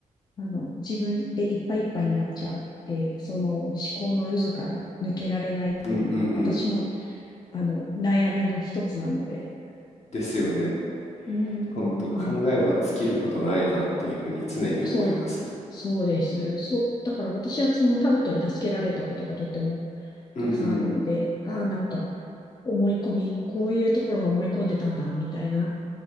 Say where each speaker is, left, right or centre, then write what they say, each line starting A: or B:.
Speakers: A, on the left; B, on the left.
A: あの、自分でいっぱいいっぱいになっちゃって、その思考の渦から抜けられないっていうの、
B: うんうんうん。
A: 私も、あの、悩みの一つなので、
B: ですよね。
A: うーん。
B: ほんと考えは尽きることないなっていうふうに常に思います。
A: そう、そうです。そう、だから私はそのタロットに助けられたことがとっても
B: うんうん。
A: たくさんあるので、ああ、なんか思い込み、こういうところが思い込んでたんだ、みたいな。